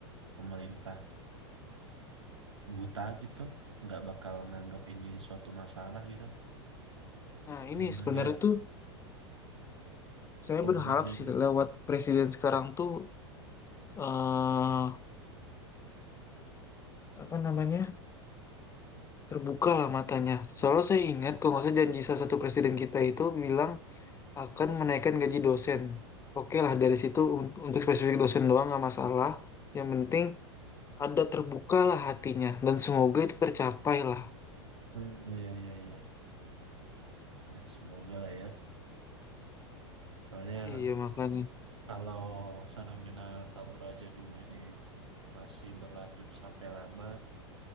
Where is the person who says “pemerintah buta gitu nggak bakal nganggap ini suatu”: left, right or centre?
Right